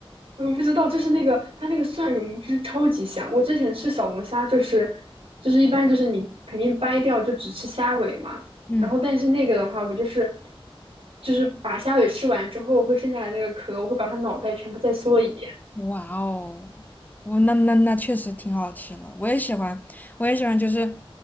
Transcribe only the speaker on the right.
我不知道，就是那个它那个蒜蓉汁超级香。我之前吃小龙虾就是就是一般就是你肯定掰掉就只吃虾尾嘛，
然后但是那个的话，我就是就是把虾尾吃完之后，会剩下来那个壳，我会把它脑袋全部再嗦一遍。